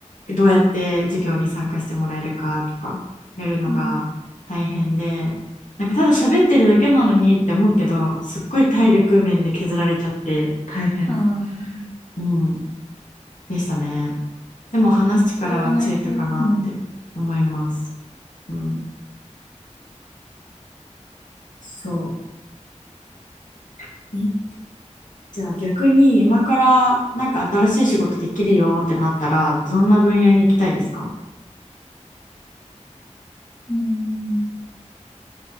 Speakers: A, on the left; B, on the left.
A: どうやって授業に参加してもらえるかとか、やるのが大変で、
B: うん。
A: なんかただ喋ってるだけなのにって思うけど、すっごい体力面で削られちゃって大変。
B: ああ、
A: うんでしたね。でも話す力はついたかなって思います。
B: やっぱ子供の相手、うん。
A: うん、そう。えじゃあ逆に今からなんか新しい仕事できるよってなったらどんな分野に行きたいですか
B: うん。